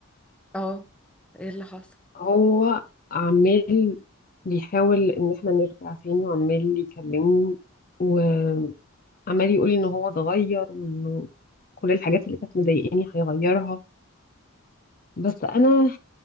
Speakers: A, in the centre; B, on the left.
A: اه ايه اللي حصل
B: هو عمال بيحاول ان احنا نرجع تاني وعمال يكلمني وعمال يقولي ان هو اتغير وانه كل الحاجات اللي كانت مضايقاني هيغيرها بس انا